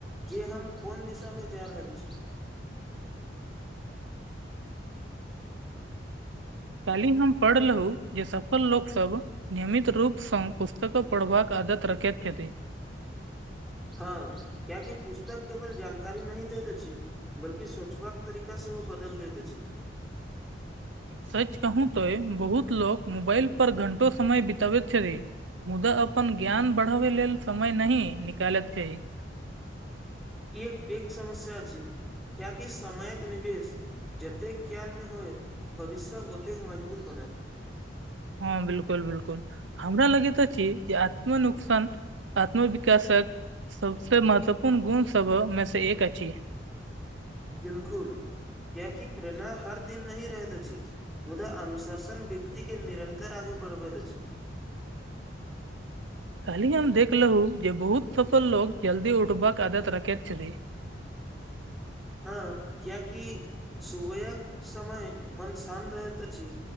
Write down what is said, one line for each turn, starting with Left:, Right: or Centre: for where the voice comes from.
Centre: जे हम कोन दिशामे जा रहल अछि।
Right: काली हम पढ़लहु जे सफल लोक सब नियमित रूपसँ पुस्तक पढ़बाक आदत रखैत छथि।
Centre: हँ कियाकि पुस्तक केवल जानकारी नहि दैत अछि बल्कि सोचबाक तरीका सेहो बदलि दैत अछि।
Right: सच कहू तो बहुत लोक मोबाइल पर घंटो समय बितबैत छथी। मुदा अपन ज्ञान बढ़ावे लेल समय न निकालैत छैेय।
Centre: ई एक पैक समस्या अछि कियाकि समयक निवेश जतेक ज्ञानमे होयत भविष्य ओतेक मजबूत बनत।
Right: हँ बिल्कुल बिलकुल। हमरा लगैतित अछि जे आत्म नुकसान आत्म विकासक सबसे महत्वपूर्ण गुण सबमे से एक अछि।
Centre: बिलकुल कियाकि प्रेरणा हर दिन नही रहैत अछि। मुदा अनुशासन व्यक्ति के निरन्तर आगे बढ़बैत अछि।
Right: कायलहि हम देखलहु जे बहुत सफल लो जल्दी उठबाक आदत रखैत छलि।
Centre: हँ कियाकि सुबहक समय मन शान्त रहैत अछि।